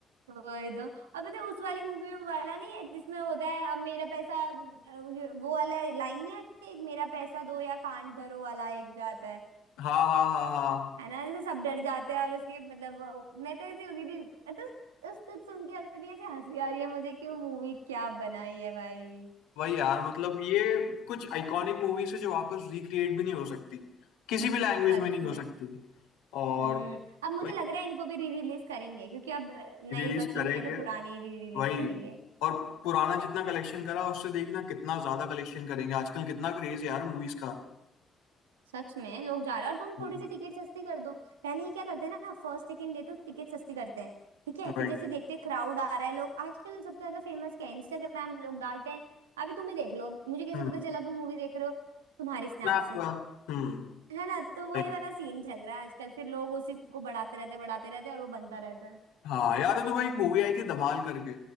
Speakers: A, on the right; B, on the left.
A: वही तो अब पता है उस वाली मूवी में वाला नहीं है जिसमें होता है अब मेरा पैसा अ, ये- वो वाला लाइन नहीं आती एक मेरा पैसा दो या कांड करो वाला एक जाता है
B: हाँ हाँ हाँ हाँ
A: है ना जैसे सब डर जाते हैं और उसकी मतलब वो- मैं तो ऐसी हो गई थी तो उस- उसको सुन के अभी भी ऐसे हंसी आ रही है मुझे कि वो मूवी क्या बनाई है भाई
B: वही यार मतलब ये कुछ आइकॉनिक मूवीज है जो वापस रिक्रिएट भी नहीं हो सकती किसी भी लैंग्वेज
A: सच
B: में नहीं
A: में
B: हो सकती और
A: हम्म अब मुझे
B: वही
A: लग रहा है इनको भी री रिलीज करेंगे क्योंकि अब नई
B: रिलीज
A: बची
B: करेंगे
A: नहीं है तो पुरानी री रिलीज
B: वही
A: करेंगे
B: और पुराना जितना कलेक्शन करा उससे देखना कितना ज्यादा कलेक्शन करेंगे आजकल कितना क्रेज है यार मूवीज का
A: सच में लोग जा रहे हैं और तुम
B: हम्म,
A: थोड़ी सी टिकट सस्ती कर दो पहले ये क्या करते हैं ना फर्स्ट सेकंड डे तो टिकट सस्ती करते हैं ठीक है फिर
B: वही
A: जैसे देखते हैं क्राउड आ रहा है लोग आजकल सबसे ज्यादा फेमस क्या है इंस्टाग्राम लोग डालते हैं अभी तुम ही देख लो मुझे कैसे
B: हम्म
A: पता चला तुम मूवी देख रहे हो तुम्हारी स्नैप
B: मैं आपका
A: से
B: हम्म
A: है ना तो वही
B: वही।
A: वाला सीन चल रहा है आजकल फिर लोग उसी को बढ़ाते रहते हैं बढ़ाते रहते हैं और वो बनता रहता है
B: हाँ याद है तुम्हें एक मूवी आई थी धमाल करके